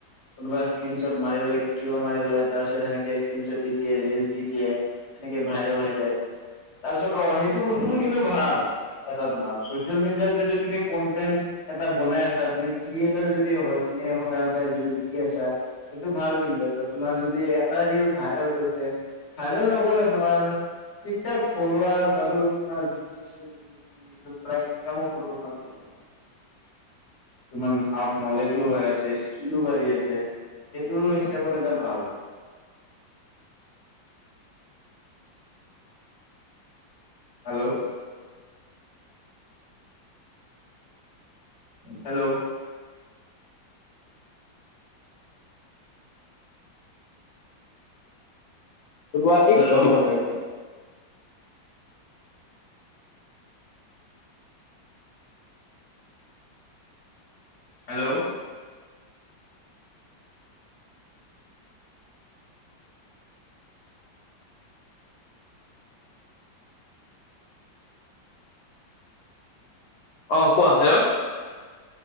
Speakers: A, on the left; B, on the left.
A: কোনোবা স্ক্ৰীনশ্বট মাৰি লৈ কিবা মাৰি লয়। তাৰ পিছত সেনেকে স্ক্ৰনশ্বট দি দিয়ে, ৰিল দি দিয়ে। সেনেকে ভাইৰেল হৈ যায়। তাৰপিছত অ' সেইটো বস্তুটো কিন্তু ভাল, এটা তোমাৰ। ছচিয়েল মিডিয়াত যদি তুমি কন্টেণ্ট এটা বনাই আছা, তুমি ক্ৰিয়েটাৰ যদি হয়, তুমি সদায় - সদায় ৰিল দি আছা এইটো ভাল কিন্তু। এটা তোমাৰ যদি এটা ৰিল ভাইৰেল গৈছে, ভাইৰেল নগ'লেও তোমাৰ ঠিক-ঠাক ফল্লোৱাৰছ আৰু তোমাৰ ভিউ'ছ আছে যদি, তুমি এইটোৰ পৰা ইনকামো কৰিব পাৰি আছা। তোমাৰ অ'- নলে জো হৈ আছে, স্কিলো বাঢ়ি আছে। সেইটো <unintelligible> লে এটা ভাল। হেল্ল'? হেল্ল'?
B: <unintelligible>
A: Hello hello?
B: অ', কোৱা, হেল্ল'?